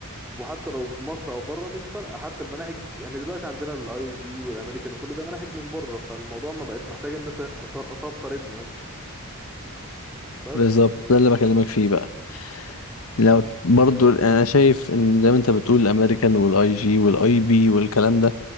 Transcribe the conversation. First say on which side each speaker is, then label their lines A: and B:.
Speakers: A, in the centre; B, on the left (about 70°).
A: وحتى لو مصر او بره مش فارقة حتى المناهج يعني دلوقتي عندنا الاي جي والامريكان وكل ده مناهج من بره فالموضوع ما بقاش محتاج الناس اصفر ابني مثلا بس
B: بالظبط ده اللي بكلمك فيه بقى لو برضو انا شايف ان زي ما انت بتقول الامريكان والاي جي والاي بي والكلام ده